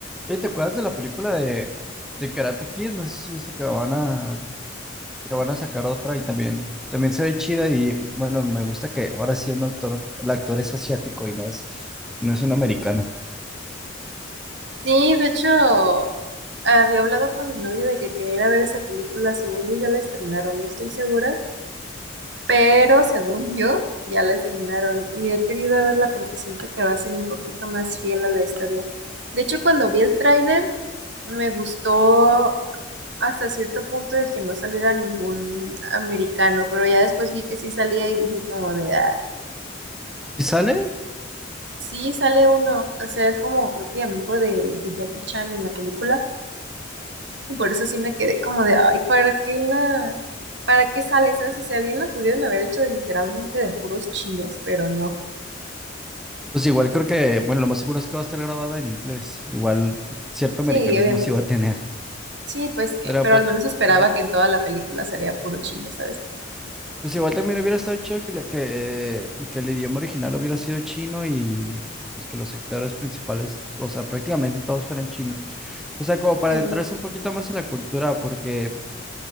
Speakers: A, in the centre; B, on the right (about 65°).
A: Oye, ¿te acuerdas de la película de, de Karate Kid? No sé si viste que van a, que van a sacar otra y también, también se ve chida y bueno, me gusta que ahora sí un actor, el actor es asiático y no es, no es un americano.
B: Sí, de hecho, había hablado con mi novio de que quería ir a ver esa película. Según yo, ya la estrenaron, no estoy segura, pero según yo, ya la estrenaron y he querido verla porque siento que va a ser un poquito más fiel a la historia. De hecho, cuando vi el tráiler, me gustó hasta cierto punto de que no saliera ningún americano, pero ya después vi que sí salía y dije como de, ay,
A: ¿Y sale?
B: sí sale uno. O sea, es como creo que amigo de, de Jackie Chan en la película. Y por eso sí me quedé como de, ay, ¿para qué la, para qué sale? ¿Sabes? O sea, bien la pudieron haber hecho de, literalmente de puros chinos, pero no.
A: Pues igual creo que, bueno, lo más seguro es que va a estar grabada en inglés. Igual cierto
B: Sí,
A: americanismo
B: obviamente.
A: sí va a tener.
B: Sí, pues, que-
A: Pero
B: pero
A: pues,
B: al menos esperaba
A: pues ya.
B: que en toda la película sería puro chino, ¿sabes?
A: Pues igual también hubiera estado chido que, le- que, que el idioma original hubiera sido chino y pues que los actores principales, o sea, prácticamente todos fueran chinos. O sea, como para
B: Sí.
A: adentrarse un poquito más en la cultura, porque